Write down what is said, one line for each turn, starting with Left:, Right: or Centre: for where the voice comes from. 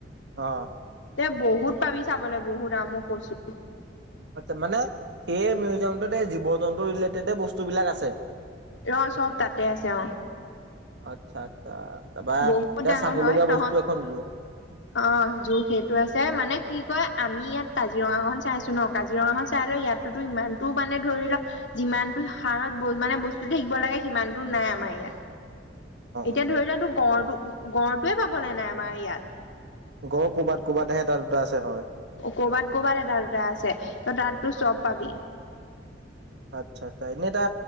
Right: অ',
Left: এ', বহুত পাবি চাবলৈ বহুত ম কৈছো।
Right: আচ্ছা মানে সেই মিউজিয়ামটোত এই জীৱ জন্তু ৰিলেটেডে বস্তুবিলাক আছে।
Left: ৰ চব তাতে আছে। অ,
Right: আচ্ছা, আচ্ছা, তাৰপা এয়া
Left: বহুত ডাঙৰ
Right: চাব
Left: হয়
Right: লগীয়া
Left: তহত
Right: বস্তু এখন জু
Left: অ', জু সেইটো আছে, মানে কি কয়? আমি ইয়াত কাজিৰঙা খন চাই আছো ন কাজিৰঙা খন চাই ল, ইয়াততো ইমানতো মানে ধৰি ল, যিমানটো হাৰত ব মানে বস্তু থাকিব লাগে। সিমানতটো নাই। আমাৰ ইয়াত এতিয়া
Right: অ
Left: ধৰি লোৱাটো গঁড়টো গঁড়টোৱে পাবলৈ নাই্ আমাৰ ইয়াত
Right: গড় কৰ'বাত ক'ৰবাতহে এটা দুটা আছে। হয়।
Left: কৰ'বাত কৰ'বাত এটা দুটা আছে, ত, তাতটো চব পাবি।
Right: আচ্ছা, আচ্ছা, এনেই এটা